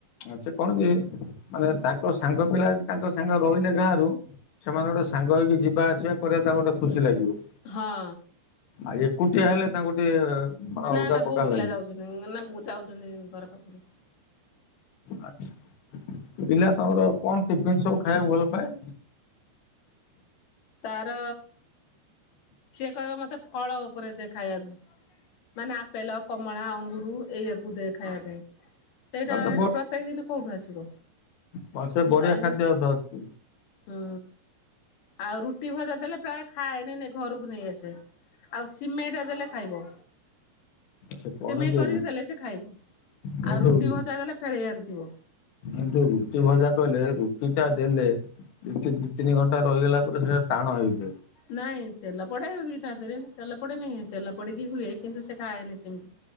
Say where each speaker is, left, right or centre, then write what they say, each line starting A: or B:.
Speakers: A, on the left; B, on the left.
A: ଆଚ୍ଛା କଣ କି ମାନେ ତାଙ୍କ ସାଙ୍ଗ ପିଲା ଯଦି ତାଙ୍କ ସାଙ୍ଗରେ ରହିଲେ ଗାଁ ରୁ ସେମାନେ ଗୋଟେ ସାଙ୍ଗ ହେଇକି ଯିବା ଆସିବା କରିବା ତାକୁ ଗୋଟେ ଖୁସି ଲାଗିବ।
B: ହଁ।
A: ଆଉ ଏକୁଟିଆ ହେଲେ ତାଙ୍କୁ ଟିକେ ମାନେ ଅଲଗା
B: ନାଁ ନାଁ
A: ପ୍ରକାର
B: ବହୁତ୍
A: ଲାଗିବ
B: ପିଲା ଯାଉଛନ୍ତି ନାଁ ଯାଉଛନ୍ତି ଘର ପାଖରୁ।
A: ଆଛା ପିଲା ତମର କଣ ଟିଫନ୍ ସବୁ ଖାଇବାକୁ ଭଲ ପାଏ?
B: ତାର ସିଏ କହିବ ମତେ ଫଳ ଉପରେ ଦେ ଖାଇବାକୁ। ମାନେ ଆପେଲ, କମଳା, ଅଙ୍ଗୁର ଏଇଆକୁ ଦେ ଖାଇବା ପାଇଁ। ସେଇଟା
A: ତାହେଲେ ତ
B: ପ୍ରତ୍ୟେକ ଦିନ କୋଉଠୁ ଆସିବ?
A: ବ ସେ ବଢିଆ
B: ଆ
A: ଖାଦ୍ୟ ଧରିଛି
B: ହୁଁ ଆଉ ରୁଟି ଭଜା ଦେଲେ ପ୍ରାୟ ଖାଏନି ଘରକୁ ନେଇ ଆସେ। ଆଉ ସିମେଇଟା ଦେଲେ ଖାଇବ
A: ସେ କଣ
B: ସିମେଇ
A: କି
B: କରିକି ଦେଲେ ସେ ଖାଇବ।
A: ଯୋଉ
B: ଆଉ ରୁଟି ଭଜା ଦେଲେ ଫେରେଇ ଆଣିଥିବ।
A: ଏ ଯୋଉ ରୁଟି ଭଜା କହିଲେ ରୁଟି ଟା ଦେଲେ ରୁଟି ଦି ତିନି ଘଣ୍ଟା ରହିଗଲା ପରେ ସେଇଟା ଟାଣ ହେଇଯାଏ।
B: ନାଇଁ ତେଲ ପଡେ ବି ତା ଦେହରେ ତେଲ ପଡେନି କି ତେଲ ପଡିକି ହୁଏ କିନ୍ତୁ ସେ ଖାଏନି ସେମିତି।